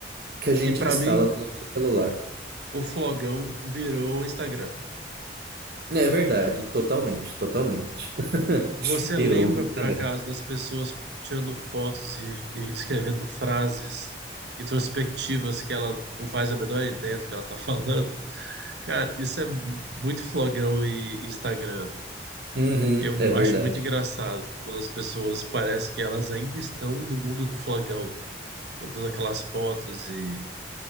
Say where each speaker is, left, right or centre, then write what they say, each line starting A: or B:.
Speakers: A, on the right (about 60°); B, on the right (about 80°).
A: que a gente
B: E pra
A: instala
B: mim,
A: no nosso celular.
B: o Flogão virou o Instagram.
A: É verdade, totalmente, totalmente. <laughs>
B: Você
A: Virou
B: lembra,
A: um Instagram.
B: por acaso, das pessoas tirando fotos e, e escrevendo frases introspectivas que ela não faz a menor ideia do que ela tá falando? Cara, isso é muito flogão e Instagram.
A: Uhum,
B: E eu mu-
A: é verdade.
B: acho muito engraçado quando as pessoas parecem que elas ainda estão no mundo do flogão, botando aquelas fotos e,